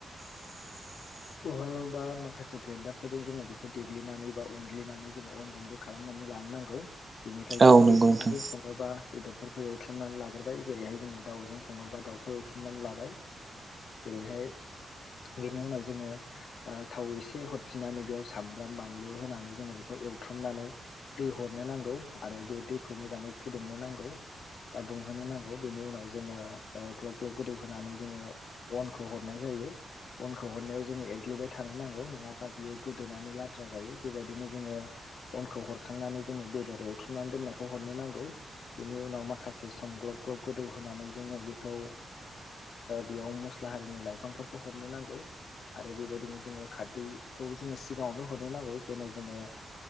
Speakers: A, on the right; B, on the left.
A: <inaudible>
B: उहालावबा माखासे ग्रेडारफोरजों जोङो बेखौ देग्लिनानै बा उनग्लिनानै जोङो अन गुन्दै खालामनानै लानो नांगौ बेनिफ्राय जोङो
A: औ नंगौ
B: बेदरफोर
A: नोंथां
B: जों सङोबा बेदरफोरखौ एवथ्रुमनानै लाग्रोबाय जेरैहाय जोङो दाउजों सङोबा दाउखौ एवथ्रुमनानै लाबाय जेरैहाय बेनि उनाव जोङा थाव एसे हरफिननानै बेयाव सामब्राम बानलु होनानै जोङो बेखौ एवथ्रमनानै दै हरनो नांगौ आरो बे दैखौ मोजाङै फुदुंनो नांगौ बा दुंहोनो नांगौ बेनि उनाव जोङो ग्लब ग्लब गोदौहोनानै जोङो अनखौ हरनाय जायो अनखौ हरनायाव जोङो एरग्लिबाय थानो नांगौ नङाबा बियो गोदोनानै लाद्रा जायो बेबायदिनो जोङो अनखौ हरखांनानै जोङो बेदर एवथ्रुमनानै दोननायखौ हरनो नांगौ बेनि उनाव माखासे सम ग्लब ग्लब गोदौ होनानै जोङो बेखौ बेयाव मस्ला हारिनि लाइफांफोरखौ हरनो नांगौ आरो बेबायदिनो जोङो खारदैखौ जोङो सिगाङावनो हरनो नांगौ जेन' जोङो